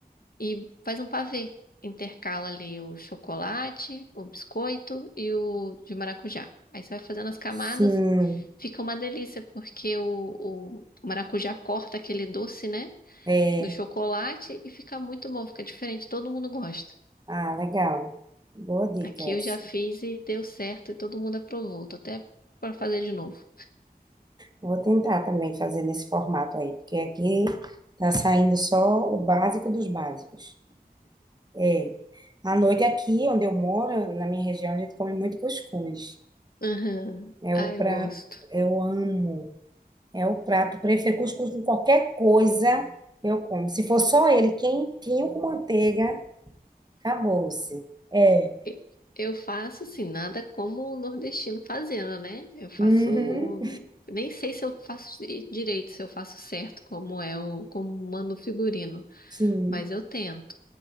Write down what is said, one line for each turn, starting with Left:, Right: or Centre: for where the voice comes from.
Left: E faz um pavê. Intercala ali o chocolate, o biscoito e o de maracujá. Aí você vai fazendo as camadas,
Right: sim,
Left: fica uma delícia, porque o, o maracujá corta aquele doce, né?
Right: é,
Left: do chocolate e fica muito bom, fica diferente, todo mundo gosta.
Right: ah, legal, boa dica
Left: Aqui
Right: essa.
Left: eu já fiz e deu certo e todo mundo aprovou. Tô até para fazer de novo.
Right: Vou tentar também fazer nesse formato aí, porque aqui tá saindo só o básico dos básicos. É, à noite aqui onde eu moro, na minha região, a gente come muito cuscuz.
Left: Aham.
Right: É
Left: Ah,
Right: o prato,
Left: eu gosto.
Right: eu amo. É o prato preferido. Cuscuz com qualquer coisa eu como. Se for só ele quentinho com manteiga, acabou-se. É.
Left: E- Eu faço assim, nada como o nordestino fazendo, né? Eu faço,
Right: Uhum.
Left: nem sei se eu faço di- direito, se eu faço certo como é o como manda o figurino,
Right: Sim.
Left: mas eu tento.